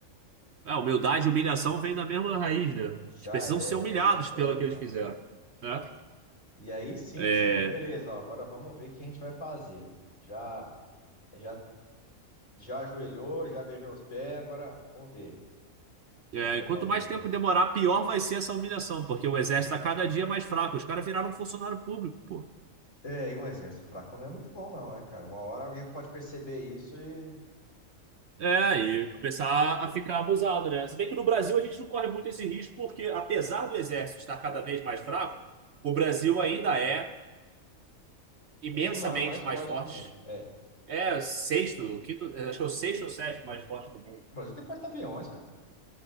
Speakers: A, on the right; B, on the left.
A: É, humildade e humilhação vêm da mesma raiz, né? Eles
B: Já
A: precisam
B: é,
A: ser humilhados
B: é isso mesmo,
A: pelo que
B: cara.
A: eles fizeram, né?
B: E aí sim,
A: É,
B: você fala, beleza, ó, agora vamos ver o que a gente vai fazer. Já, já, já ajoelhou, já beijou os pés, agora vamos ver o que
A: é,
B: a gente vai
A: e quanto
B: fazer
A: mais
B: com
A: tempo
B: você.
A: demorar, pior vai ser essa humilhação, porque o exército está cada dia é mais fraco. Os caras viraram funcionário público, pô.
B: É, e um exército fraco não é muito bom, não, né, cara? Uma hora alguém pode perceber isso e.
A: É, e
B: né?
A: começar a ficar abusado, né? Se bem que no Brasil a gente não corre muito esse risco, porque apesar do exército estar cada vez mais fraco, o Brasil ainda é imensamente
B: Um dos mai- mais fortes
A: mais forte.
B: do mundo. É.
A: É o sexto, o quinto, acho que é o sexto ou sétimo mais forte do mundo.
B: O Brasil tem porta-aviões, cara.